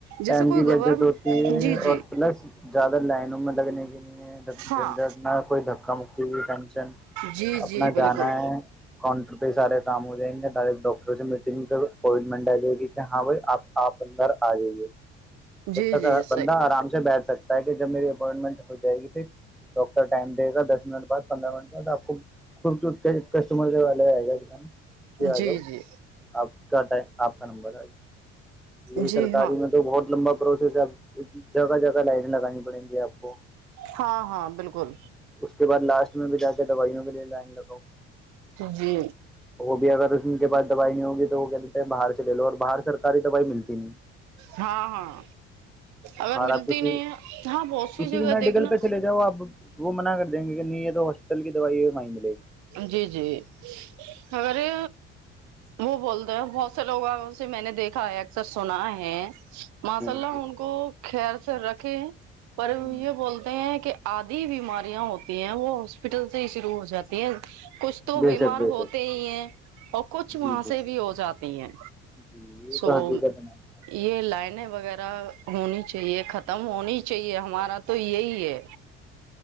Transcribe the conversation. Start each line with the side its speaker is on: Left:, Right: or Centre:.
Right: جیسے
Centre: ٹائم
Right: کوئی
Centre: کی بچت
Right: گورن
Centre: ہوتی ہے
Right: جی جی
Centre: اور پلس زیادہ لائنوں میں لگنے کی نہیں ہے
Right: ہاں
Centre: جننا کوئی دھکا مکی ہو ٹینشن
Right: جی
Centre: اپنا
Right: جی بالکل
Centre: جانا ہے کاؤنٹر ب سارے کام ہو جائیں گے در ایک ڈاکٹر سے میٹنگ کر اپوائنٹمنٹ آ جائے گی کہ ہاں بھائی آپ آپ اندر آ جائیے جب
Right: جی
Centre: تک
Right: جی
Centre: بندہ
Right: صحیح
Centre: آرام سے بیٹھ سکتا تاکہ جب میری اپوائنٹمنٹ ہو جائے گی ٹھیک ڈاکٹر ٹائم دے گاس منٹ بع پندرہ منٹ بعد آ <inaudible> کسٹمر کے والے آئے گا کیا
Right: جی
Centre: آ جؤ
Right: جی
Centre: آپ کاتا ہے آپ کا نمبر آئی یہ
Right: جی
Centre: سرکاری
Right: ہاں
Centre: میں تو بہت لمبا پروسیس اب جگہ جگہ لائنیں لگانی پڑیں گی آپ کو
Right: ہاں ہاں بالکل
Centre: اس کے بع لاسٹ میں بھی جاتے دوائیوں کے لیے لائن لگاؤ
Right: جی
Centre: بھی اگر اس کے پس دوائی نہیں ہوگی تو وہ کہ دیتے ہیں باہر چلے لو اور باہر سر ساری دوائی ملتی نہیں
Right: ہاں ہاں اگر
Centre: باہر
Right: ملتی
Centre: آپ کسی
Right: نہیں ہے ہاں بہت سی
Centre: کسی
Right: جگہ
Centre: بھی میڈیکل
Right: دیکھنا
Centre: پہ چلے جاؤ آپ وہ منع کر دیں گے کہ نہیں یہ تو ہسپٹل کی دوائی ہے وہیں ملے
Right: جی جی ارے وہ بولتے ہیں بہت سے لوگ آ سے میں نے دیکھا ہے اکثر سنا ہے ماسء
Centre: جی
Right: اللہ
Centre: جی
Right: ہن کو خیر سےیر رکھے پر
Centre: ہ
Right: یہ بولتے ہیں کہ آدھی بیماریاں ہوتی ہیں وہ ہاپٹل سے ہی شوع ہواتا کچھ تو
Centre: بے
Right: بیمار
Centre: شک بے شک
Right: ہوتے ہی ہیں اور کچھ وہاں
Centre: جی جی
Right: سے بھی ہو جاتی ہیں
Centre: جی یہ
Right: سو
Centre: تو حقیقت ہے
Right: یہ لائن وغیرہ ہونی چاہیے ختم ہونی چاہیے ہمارا تو یہی ہے